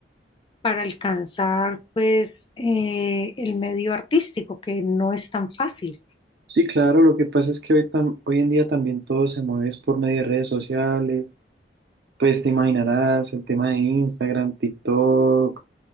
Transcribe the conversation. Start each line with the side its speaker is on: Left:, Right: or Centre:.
Left: para alcanzar pues eh, el medio artístico, que no es tan fácil.
Right: Sí, claro. Lo que pasa es que hoy, tam- hoy en día también todo se mueve es por medio de redes sociales. Pues te imaginarás el tema de Instagram, TikTok.